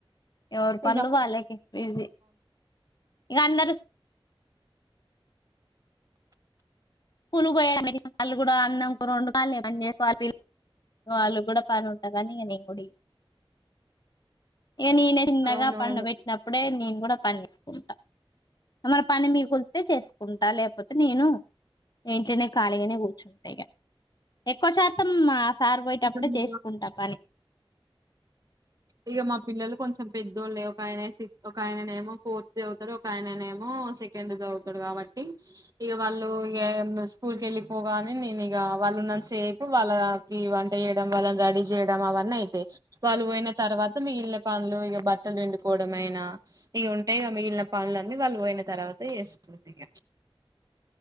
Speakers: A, on the left; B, on the right.
A: ఎవరు పనులు
B: ఇగ
A: వాళ్ళకి బిజీ ఇక అందరు స్కూలుకి పోయా వాళ్ళు కూడా అన్నం కూర వండుకోవాలి పని చేసుకోవాలివాళ్ళు కూడా పని ఉంటదని ఇక నేను కూడా ఇ నేను ఈయన చిన్నగా
B: అవునవును
A: పండ పెట్టినప్పుడే నేను కూడా పనిచేసుకుంటా మరి పని మిగిలి తే చేసుకుంటా లేకపోతే నేను ఇంట్లోనే ఖాళీగానే కూర్చుంటా ఇగ ఎక్కువ శాతం సార్పోయేటప్పుడే
B: ఇక మా
A: చేసుకుంటా పని
B: ఇగ మా పిల్లలు కొంచెం పెద్దోళ్ళు ఒక ఆయన సి ఒక ఆయననేమో ఫోర్త్ చదువుతాడు ఒక ఆయననేమో సెకండ్ చదువుతాడు కాబట్టి ఇగ వాళ్ళు స్కూల్ క వెళ్ళిపోగానే నేను ఇక వాళ్ళున్న సేపు వాళ్ళకి వంట చేయడం వాళ్ళని రెడీ జెయ్డం అవన్నైతయ్. విల్లు పొయ్నక్ తర్వాత మగిల్న పన్లు ఇగ బట్టల్ పిండుకోడమైనా ఇగ ఉంటయ్గ మిగిల్న పన్లన్ని వాళ్ పొయ్న తర్వాత జేస్గుంటిగ.